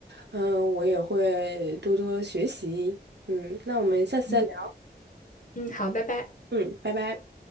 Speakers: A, on the right; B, on the left.
A: 嗯、我也会多多学习。嗯，那我们下次再聊。
B: 嗯嗯，好，拜拜。
A: 嗯，拜拜。